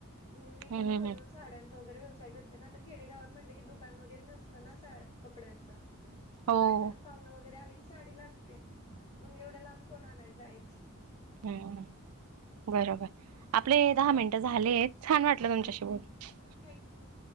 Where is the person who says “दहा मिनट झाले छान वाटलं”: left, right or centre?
Right